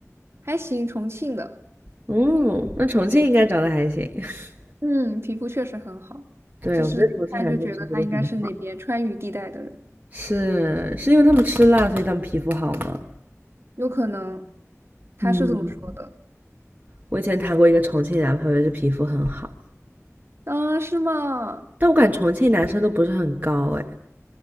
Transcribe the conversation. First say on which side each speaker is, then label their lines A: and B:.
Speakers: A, on the right (about 50°); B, on the right (about 30°).
A: 还行，重庆的，
B: 嗯，那重庆应该长得还行。<laughs>
A: 嗯，皮肤确实很好，
B: 对，
A: 就是一看就觉得他应该是那边川渝地带的人，
B: 我觉得重庆男生皮肤都很好。是，是因为他们吃辣，所以他们皮肤好吗？
A: 有可能，他是这么说的，
B: 嗯。我以前谈过一个重庆男朋友，也是皮肤很好，
A: 啊，是吗？
B: 但我感觉重庆男生都不是很高，哎，